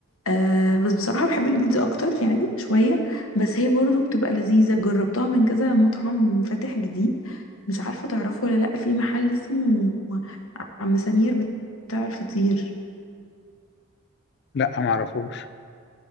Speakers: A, on the left; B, on the left.
A: آه بس بصراحة بحب البيتزا أكتر يعني شوية بس هي برضو بتبقى لذيذة جربتها من كذا مطعم فاتح جديد مش عارفة تعرفه ولا لأ في محل اسمه عم سمير بتاع الفطير
B: لا ما اعرفوش